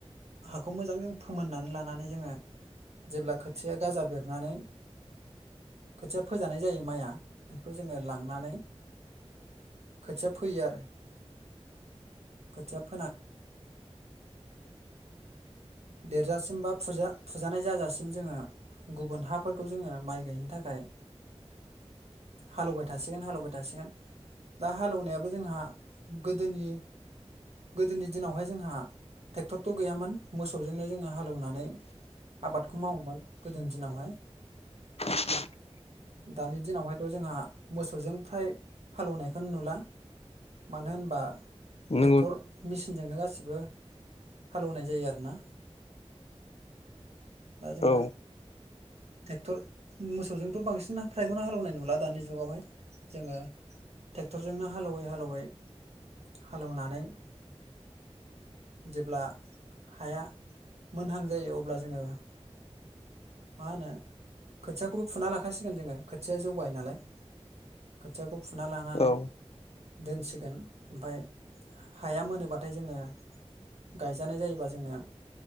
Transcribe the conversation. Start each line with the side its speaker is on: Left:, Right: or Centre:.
Right: हाखौ मोजां ज फोमोननानै लानानै जोङो जेब्ला खोथिया गाजा बेरनानै खोथिया फोजानाय जायो माइआ बेखौ जोङो लांनानै खोथिया फैयो आरो खोथिया फोन देरजासिम बा फुजा फुजानाय जाजासिम जोङो गुबुन हाफोरखौ जोङो माइ गायनो थाखाय हालेबाय थासिगोन हालेवबाय थासिगोन। दा हालेवनायाबो जोंहा गोदोनि गोदोनि दिनावहाय जोंहा ट्रेक्टरथ' गैयामोन। मोसौजोंनो जोङो हालौवनानै आबादखौ मावोमोन गोदोनि दिनावहाय
Left: <inaudible>
Right: दानि दिनावहायथ' जोंहा मोसौजों फ्राय हालेवनायखौ नुला मानो होनबा
Left: नंगौ
Right: ट्रेक्टर मेसिनजोंनो गासिबो हालौवनाय जायो आरो दा जोङो
Left: औ
Right: ट्रेक्टर मोसौजोंथ' बांसिन फ्रायग'ना हालेवनाय नुला दानि जुगावहाय जोङो ट्रेक्टरजोंनो हालौवै हालेवै हालेवनानै जेब्ला हाया मोनहां जायो अब्ला जोङो मा होनो खोथियाखौबो फुना लाखाासिगोन जोङो खोथिया जौगायो नालाय खोथियाखौ फुना लानानै
Left: औ
Right: दोनसिगोन ओमफफ्राय हाया मोनोब्लाथाय जोङो गायजानाय जायोबा जोङो